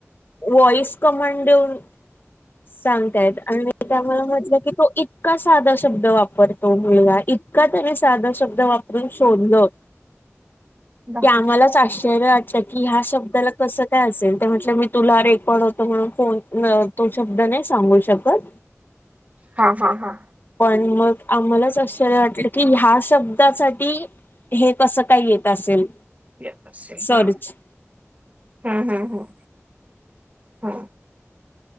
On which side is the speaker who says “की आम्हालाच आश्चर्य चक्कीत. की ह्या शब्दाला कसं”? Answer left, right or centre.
Left